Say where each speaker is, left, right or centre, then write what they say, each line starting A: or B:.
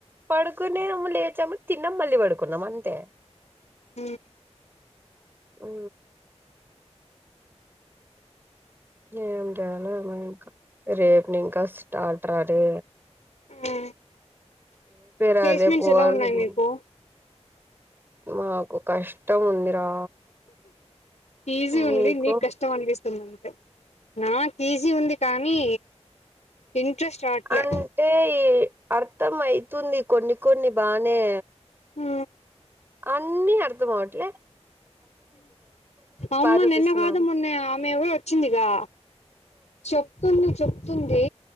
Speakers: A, on the right (about 20°); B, on the left (about 80°).
A: పడుకునే లేచాము తిన్నాం మళ్ళీ పడుకున్నాం అంతే
B: హ
A: ఉ ఏం చేాల ఇంకా రేపుని ఇంకా స్టార్ట రాల
B: ఉ
A: రా
B: ప్లేస్మెంట్స్
A: రేపు పోవాల్సింది
B: ఎలా ఉన్నాయి మీకు
A: మాకు కష్టం ఉందిరా
B: ఈజీ ఉంది
A: మీకు
B: నిక్ కష్టంమనిపి ందంతే నాకు ఈజీ ఉంది కానీ ఇంట్రెస్ట్ రావట్లే
A: అంటే ఈ అర్థం అయితుంది కొన్ని కొన్ని బానే
B: ఆ
A: అన్నీ అర్ధం అవటిలే
B: అమ్మ
A: చూపిస్తున్నారు
B: నిన్న కాదు మొన్న ఆమె ఎవరు వచ్చిందిగా చెప్తుంది చెప్తుంది